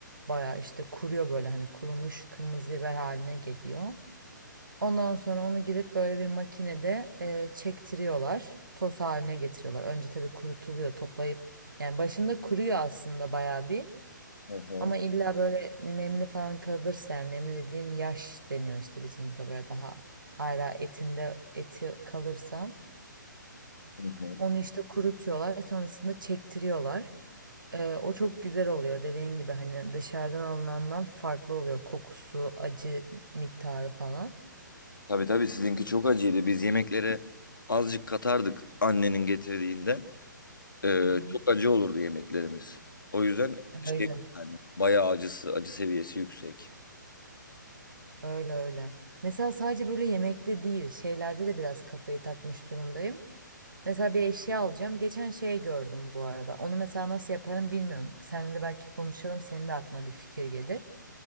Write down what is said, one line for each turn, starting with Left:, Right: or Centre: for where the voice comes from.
Right: Baya işte kuruyor böyle hani kurumuş kırmızı biber haline geliyor. Ondan sonra onu gidip böyle bir makinede e, çektiriyorlar. Toz haline getiriyorlar. Önce tabii kurutuluyor toplayıp. Yani başında kuruyor aslında baya bir.
Left: hı,
Right: Ama illa böyle nemli falan kalırsa yani nemli dediğim yaş deniyor işte bizim burada böyle daha hala etinde eti kalırsa.
Left: hı hı.
Right: Onu işte kurutuyorlar, sonrasında çektiriyorlar. Ee, o çok güzel oluyor dediğin gibi hani dışarıdan alınandan farklı oluyor kokusu, acı miktarı falan.
Left: Tabii tabii sizinki çok acıydı. Biz yemeklere azıcık katardık annenin getirdiğinden. Ee,
Right: Hı hı.
Left: çok acı olurdu yemeklerimiz. O yüzden
Right: Öyle,
Left: şey yani bayağı acısı, acı seviyesi yüksek.
Right: öyle öyle. Mesela sadece böyle yemekte değil, şeylerde de biraz kafayı takmış durumdayım. Mesela bir eşya alacağım. Geçen şey gördüm bu arada. Onu mesela nasıl yaparım bilmiyorum. Seninle de belki konuşalım, senin de aklına bir fikir gelir.